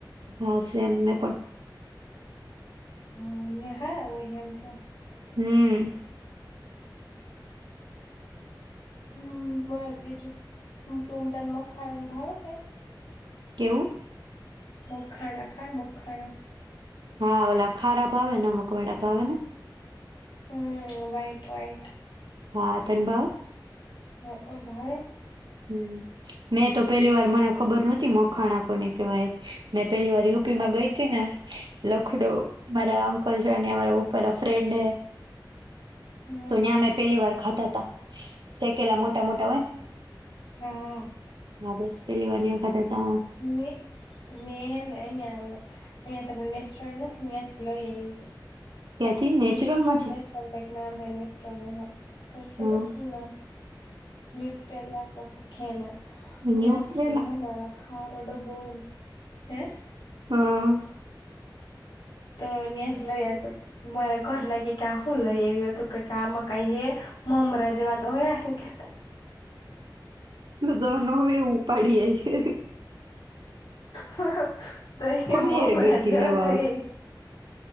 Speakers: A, on the right (about 70°); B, on the left (about 80°).
A: હા સેમ મેં પણ.
B: હ ન્યાં હારા હોય એમ તો.
A: હમ.
B: હમ બોલ બીજું તુંમ તને મગ ખણનું ભાવ કઈ?
A: કેવું
B: મખાણા ખાય મખાણા
A: હા ઓલા ખારા ભાવે નમક વાળા ભાવેને.
B: હમ વઈટ વઈટ
A: હા તને ભાવે?
B: હક ભાવે.
A: હમ મેં તો પેલી વાર મને ખબર નતી મખાણા કોને કેવાય મેં પેલી વાર યુપી માં ગઈ હતીને લખડું મારા અને જો અમારા ઉપર ફ્રેન્ડ
B: હા
A: તો ત્યાં મે પહેલી વાર ખાતાતા શેકેલા મોટા મોટા હોય
B: હા
A: હા બસ પેલી વાર ખાધા તા
B: મે મે હે ને અઇઆ અહીયાંથી આપડ નેચરલ નથીને ત્યાંથી લઈએ એવી રીતે
A: ક્યાંથી નેચરલમાં
B: ન્યુટ્રોલ
A: છે
B: નેચલ કઈક નામ હૈ છે <inaudible> <unintelligible>
A: હમ
B: ન્યૂટલા ક ખેના
A: ન્યુટ્રેલા
B: ત્યાંથી હે ખારો ડબ્બો હોય હે
A: હ
B: તો ન્યાંથી જ લઈ આવીતી મારા ઘરના ક્યે કે આ હું લઈ હો તુ તો કે આમાં કાંઈ હે. મમરા જેવા તો હે કે
A: તુ તો નો હોય એવુ પાડી આય
B: તો તો ઈ કે
A: કોની
B: મમરા
A: હારે ગઈ તી
B: જેવા
A: લેવા
B: તો
A: આવું
B: હેય